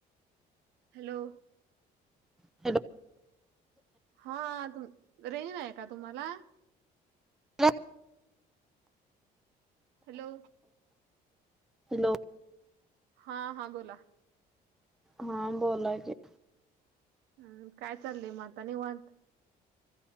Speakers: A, on the right; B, in the centre.
A: हॅलो
B: हॅलो
A: हाु रेन आहे का तुम्हाला
B: ह
A: हॅलो
B: हॅलो
A: हा हा बोला
B: हां बोला क
A: हम् कायतलली मात नव अंत